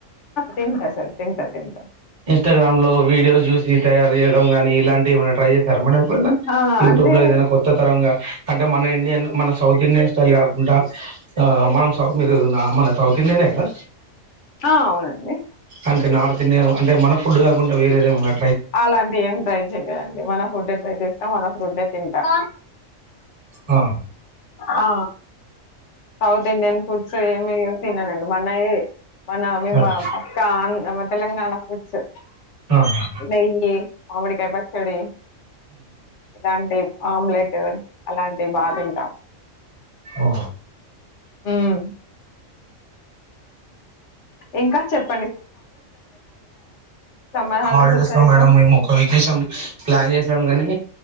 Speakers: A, on the left; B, on the right.
A: తింటా సార్ తింటా తింటా
B: ఇన్స్టాగ్రామ్ లో వీడియోస్ చూసి తయారు చేయడం గానీ ఇలాంటివి ఏమైనా ట్రై చెత్తర మేడం ఎప్పుడన్నా
A: ఆ!
B: యూట్యూబ్
A: అంటే
B: లో ఏదైనా కొత్త తరంగా అంటే మన ఇండియన్ మన సౌత్ ఇండియన్ స్టైల్ కాకుండా మనం ఆ మీరు నామనచావ్ ఇన్ననే గద
A: ఆ! అవునండి.
B: అంటే నార్ అంటే మన ఫుడ్ కాకుండా వేరేదేమైనా
A: అలాంటి ఏం ట్రై చెయలేదండి మన ఫుడ్ ట్రై చేస్తా మన ఫుడ్ ఏ తింటాం
B: ఆ
A: ఆ సౌత్ ఇండియన్ ఫుడ్స్ ఏమి తిననండి మనయే మన మేం
B: అదే
A: మా పక్క తెలంగాణ ఫుడ్స్
B: ఆహా
A: నెయ్యి మామిడికాయ పచ్చడి ఇలాంటి ఆమ్లెట్ అలాంటివి బా తింటా
B: ఓ
A: మ్మ్ ఇంకా చెప్ సమ్మర్
B: హాలిడేస్
A: వచ్చాయి
B: లో మేడం
A: కదా
B: మేము ఒక ఒక్కేషను చేశాం కానీ